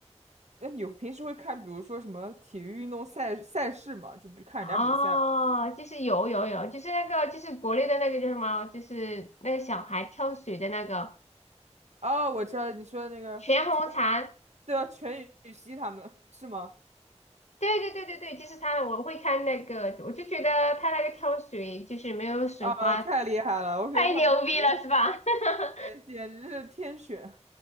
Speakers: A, on the right; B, on the left.
A: 哎，你平时会看，比如说什么体育运动赛赛事嘛，就比看人家比赛吗。
B: 哦，就是有有有，就是那个就是国内的那个叫什么，就是那个小孩跳水的那个
A: 啊，我知道你说的那个全，
B: 全红婵，
A: 对啊，全羽西他们是吗？
B: 对对对对对，就是他，我会看那个，我就觉得他那个跳水就是没有水花，
A: 啊，太厉害了！我觉得他们简直
B: 太牛逼了是吧？<laughs>
A: 对，简直是天选。